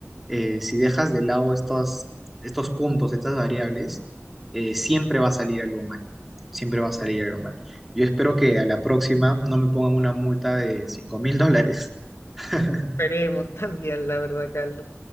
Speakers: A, in the centre; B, on the left.
A: eh, si dejas de lado estos, estos puntos, estas variables, eh, siempre va a salir algo mal, siempre va a salir algo mal. Yo espero que a la próxima no me pongan una multa de cinco mil dólares. <laughs>
B: Esperemos <laughs> también, la verdad, Carlos.